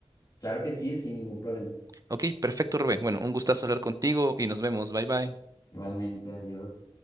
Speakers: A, on the left; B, on the right.
A: Claro que sí, sin ningún problema.
B: Ok, perfecto, Rubén. Bueno, un gustazo hablar contigo y nos vemos. Bye bye.
A: Igualmente, adiós.